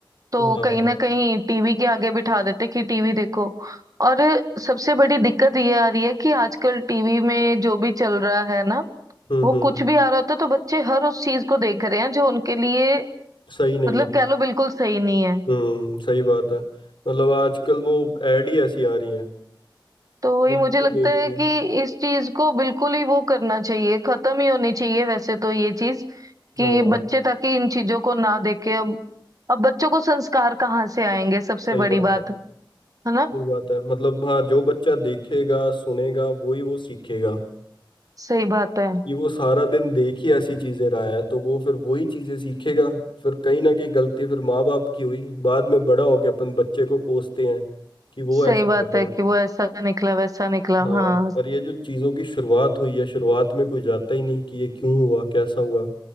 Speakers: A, on the right; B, on the left.
A: तो
B: हाँ
A: कहीं ना कहीं टीवी के आगे बिठा देते कि टीवी देखो और सबसे बड़ी दिक्कत ये आ रही है कि आजकल टीवी में जो भी चल रहा है ना
B: हम्म
A: वो
B: हम्म
A: कुछ भी आ रहा होता है तो बच्चे हर उस चीज को देख रहे हैं जो उनके लिए
B: सही नहीं
A: मतलब
B: है
A: कह लो बिल्कुल सही नहीं है
B: हम्म सही बात है मतलब आजकल वो एड ही ऐसी आ रही हैं
A: तो ये
B: इनको
A: मुझे लगता
B: देख
A: है
B: के
A: कि इस चीज को बिल्कुल ही वो करना चाहिए खत्म ही होनी चाहिए वैसे तो ये चीज कि
B: हाँ
A: बच्चे ताकि इन चीजों को ना देखे अब अब बच्चों को संस्कार कहाँ से आएंगे सबसे
B: सही बात
A: बड़ी बात
B: है
A: है
B: सही
A: ना
B: बात है मतलब हाँ जो बच्चा देखेगा सुनेगा वही वो सीखेगा
A: सही बात है
B: कि वो सारा दिन देख ही ऐसी चीजें रहा है तो वो फिर वही चीजें सीखेगा फिर कहीं ना कहीं गलती फिर माँ बाप की हुई बाद में बड़ा हो गया अपन बच्चे को कोसते हैं कि वो
A: सही
B: ऐसा
A: बात
B: हो गया
A: है कि वो ऐसा निकला वैसा निकला
B: हाँ
A: हाँ
B: पर ये जो चीजों की शुरुआत हुई है शुरुआत में कोई जाता ही नहीं कि ये क्यों हुआ कैसा हुआ